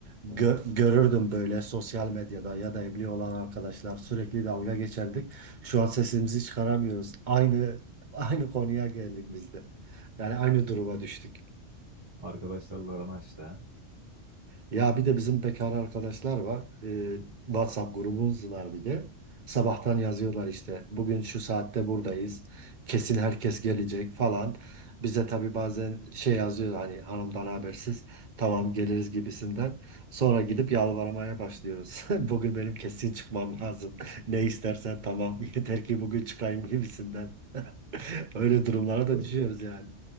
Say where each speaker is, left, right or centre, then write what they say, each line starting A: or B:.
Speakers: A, on the right (about 45°); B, on the right (about 20°).
A: gö- görürdüm böyle sosyal medyada ya da evli olan arkadaşlar sürekli dalga geçerdik. Şu an sesimizi çıkaramıyoruz. Aynı aynı konuya geldik biz de. Yani aynı duruma düştük.
B: Arkadaşlarla aran açtı ha.
A: Ya bir de bizim bekar arkadaşlar var. Ee, WhatsApp grubumuz var bir de. Sabahtan yazıyorlar işte. Bugün şu saatte buradayız. Kesin herkes gelecek falan. Bize tabii bazen şey yazıyor hani hanımdan habersiz. Tamam geliriz gibisinden. Sonra gidip yalvarmaya başlıyoruz. <laughs> Bugün benim kesin çıkmam lazım. <laughs> Ne istersen tamam. <laughs> Yeter ki bugün çıkayım gibisinden. <laughs> Öyle durumlara da düşüyoruz yani.